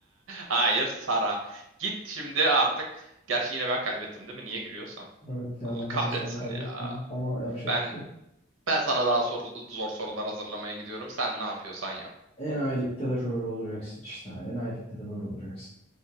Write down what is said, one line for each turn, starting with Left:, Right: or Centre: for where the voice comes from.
Right: Hayır Sara. Git şimdi artık. Gerçi yine ben kaybettim değil mi? Niye gülüyorsam.
Left: Evet yani
Right: Allah
Left: hani
Right: kahretsin
Left: sen kaybettin
Right: ya.
Left: ama yapacak
Right: Ben
Left: bir şey yok.
Right: Ben sana daha soru- zor sorular hazırlamaya gidiyorum. Sen ne yapıyorsan yap.
Left: Enayilikte de şöyle olacaksın işte. Enayilikte de böyle olacaksın.